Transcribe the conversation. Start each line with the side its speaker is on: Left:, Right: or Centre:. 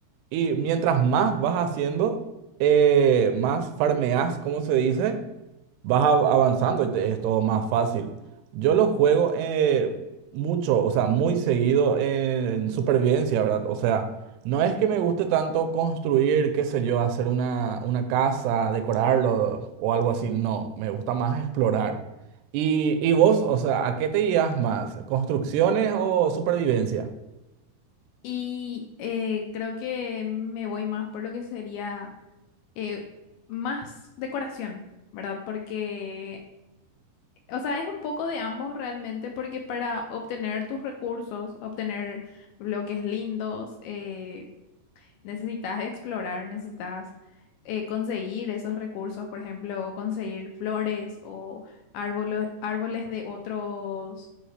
Right: Y mientras más vas haciendo, eh, más farmeas, como se dice vas av- avanzando y te es todo más fácil. Yo lo juego eh, mucho, o sea, muy seguido en supervivencia, ¿verdad? O sea, no es que me guste tanto construir, qué sé yo, hacer una, una casa, decorarlo o algo así, no, me gusta más explorar. Y, y vos, o sea, ¿a qué te guías más? ¿Construcciones o supervivencia?
Left: Y eh, creo que me voy más por lo que sería eh, más decoración, ¿verdad? Porque O sea, es un poco de ambos realmente, porque para obtener tus recursos, obtener bloques lindos, eh, necesitas explorar, necesitas eh, conseguir esos recursos, por ejemplo, conseguir flores o árboles, árboles de otros,